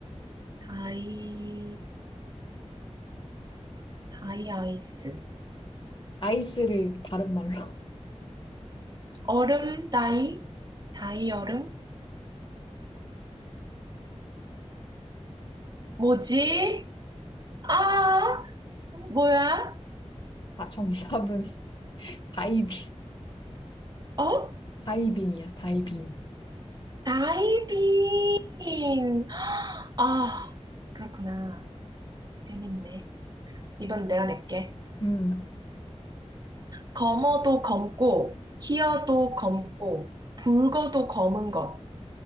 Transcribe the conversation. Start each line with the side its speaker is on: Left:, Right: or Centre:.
Right: 다이, 다이 아이스.
Left: 아이스를 다른 말로.
Right: 얼음 다이? 다이 얼음? 뭐지? 아, 뭐야?
Left: 아, 정답은 <laughs> 다이빙.
Right: 어?
Left: 다이빙이야, 다이빙.
Right: 다이빙. 아, 그렇구나. 재밌네. 이번 내가 낼게.
Left: 음.
Right: 검어도 검고, 희어도 검고, 붉어도 검은 것.